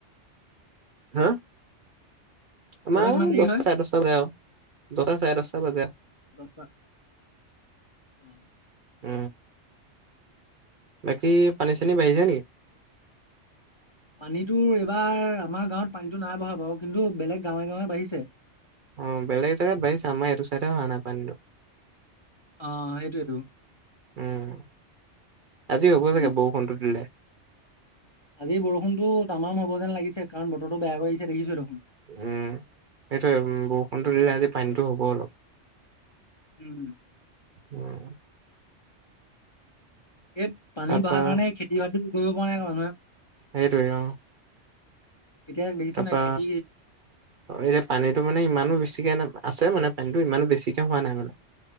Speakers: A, on the right (about 50°); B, on the left (about 30°).
A: হা
B: তহঁতৰ
A: আমাৰ
B: কিমান দেৰি
A: দছ
B: হয়
A: চাই দছ বাজে আউ দহটা চাই দছটা বাজে আউ
B: দহটা অ
A: উ বাকী পানী চানী বাঢ়িছে নেকি
B: পানীতোৰ এইবাৰ আমাৰ গাঁৱত পানীতো নাই বঢ়া বাৰু কিন্তু বেলেগ গাঁৱে গাঁৱে বাঢ়িছে
A: অ বেলেগ জেগাত বাঢ়িছে আমাৰ এইটো চাইদে হোৱা নাই পাণীটো
B: অ সেইটোয়েতো
A: উম আজি হ'ব
B: উম
A: চাগে বৰষুণটো দিলে
B: আজি বৰষুণতো তামাম হব যেন লাগিছে কাৰণ বতৰটো বেয়া কৰি আহিছে দেখিছো টো
A: উম সেইটোৱে বউষুণটো দিলে আজি পানীটো হ'ব অলপ
B: উম
A: উম
B: এইত পাণী
A: তাৰপা
B: বঢ়াৰ কাৰণে খেতি বাতি কৰিব পৰা নাই মানুহে
A: সেটোৱে অ
B: এতিয়া দেখিছ
A: তাৰপা
B: নাই খেতি
A: এপ পাণীটো মানে ইমানো বেছিকে না আছে মানে পাণীটো ইমানো বেছিকে হোৱা নাই মানে